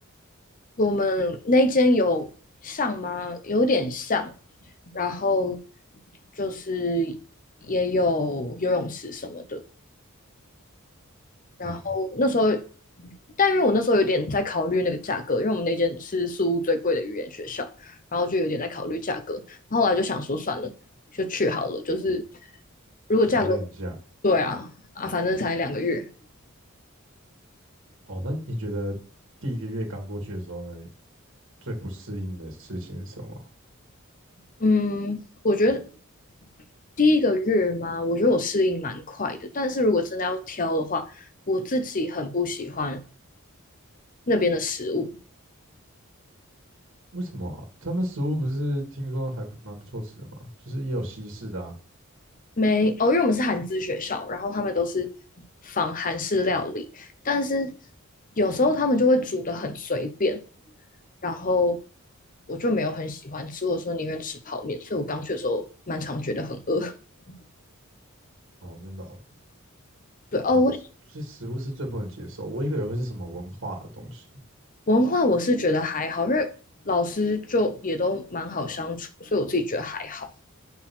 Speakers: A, on the left (about 40°); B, on the right (about 60°).
A: 我们那间有上吗？有点像，然后就是也有游泳池什么的。然后那时候，
B: 嗯，
A: 但是我那时候有点在考虑那个价格，因为我们那间是宿屋最贵的语言学校，然后就有点在考虑价格。然后后来就想说算了，就去好了。就是如果价格，
B: 体验一下。
A: 对啊啊，反正才两个月，
B: 哦，那你觉得第一个月刚过去的时候呢，最不适应的事情是什么？
A: 嗯，我觉得第一个月嘛，我觉得我适应蛮快的。但是如果真的要挑的话，我自己很不喜欢那边的食物。
B: 为什么啊他们食物不是听说还不蛮不错吃的吗？就是也有西式的啊。
A: 没，哦，因为我们是韩资学校，然后他们都是仿韩式料理，但是有时候他们就会煮的很随便，然后我就没有很喜欢吃。我说宁愿吃泡面，所以我刚去的时候蛮常觉得很饿。<laughs>
B: 哦，真的哦
A: 对，哦，
B: 哇，
A: 我
B: 所以食物是最不能接受，我以为会是什么文化的东西。
A: 文化我是觉得还好，因为老师就也都蛮好相处，所以我自己觉得还好。